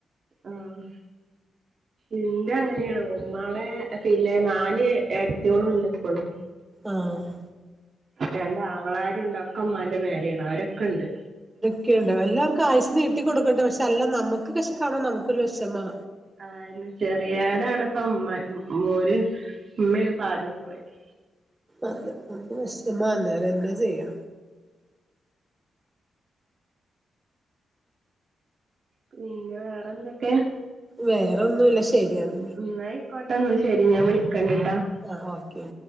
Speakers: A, on the right; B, on the right.
A: ആഹ് ഇന്റെ അങ്ങനെയാണ് ഉമ്മാടേ പിന്നെ നാല് ഏട്ത്യേളുംണ്ട് പോണം
B: ആഹ്
A: രണ്ട് ആങ്ങളാരുണ്ട് ഒക്കമ്മാന്റെ മേലെയാണ് അവരൊക്കെണ്ട്
B: ഒക്കയുണ്ട് എല്ലാര്ക്കും ആയുസ്സ് നീട്ടിക്കൊടുക്കട്ടെ പക്ഷെ അല്ല നമ്മുക്ക് പക്ഷെ കാണാൻ നമുക്ക്‌ ഒരു വെഷമാ
A: ആ അതെന്നേ ചെറ്യേതാണ് ഇപ്പ ഉമ്മ മോര് ഉമ്മാണ് പ്പ ആദ്യം പോയത്
B: അതെ നമുക്ക് വെഷമാണ് വേറെ എന്നാ ചെയ്യാ
A: പിന്നെ വേറെ എന്തൊക്കേ
B: വേറെ ഒന്നു ഇല്ല ശരിയാന്ന്
A: ഉം ന്നാ അയ്ക്കോട്ടെ ന്നാ ശരി ഞാൻ വിളിക്കണ്ട്ട്ടാ
B: ആഹ് ഓക്കെ